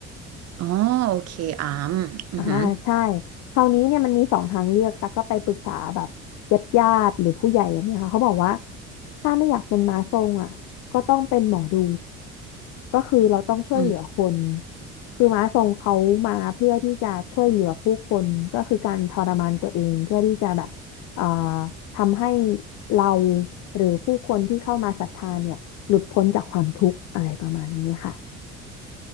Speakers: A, on the right; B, on the left.
A: อ๋อโอเคอามอือหือ
B: อ่าใช่คราวนี้เนี่ยมันมีสองทางเลือกแต่กก็ไปปรึกษาแบบญาติญาติหรือผู้ใหญ่แบบเนี้ยค่ะเขาบอกว่าถ้าไม่อยากเป็นม้าทรงอ่ะก็ต้องเป็นหมอดูก็คือเราต้องช่วยเหลือคน
A: อืม
B: คือม้าทรงเขามาเพื่อที่จะช่วยเหลือผู้คนก็คือการทรมานตัวเองเพื่อที่จะแบบอ่าทำให้เราหรือผู้คนที่เข้ามาศรัทธาเนี่ยหลุดพ้นจากความทุกข์อะไรประมาณนี้ค่ะ